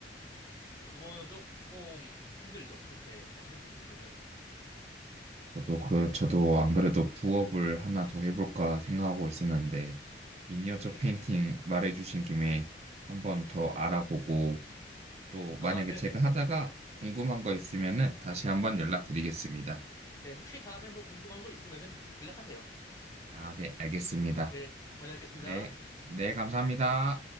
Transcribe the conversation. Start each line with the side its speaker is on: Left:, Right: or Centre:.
Left: 그래서 그거는 조금 힘들죠. 그렇게 하시는 분이 있으면은.
Right: 저도 그 저도 안 그래도 부업을 하나 더 해볼까 생각하고 있었는데 미니어처
Left: 음,
Right: 페인팅 말해주신 김에 한번 더 알아보고 또
Left: 아,
Right: 만약에
Left: 네네.
Right: 제가 하다가 궁금한 거 있으면은 다시 한번 연락드리겠습니다.
Left: 네, 혹시 다음에 뭐 궁금한 거 있으면은 연락하세요.
Right: 아, 네, 알겠습니다.
Left: 네, 다녀오겠습니다.
Right: 네, 네, 감사합니다.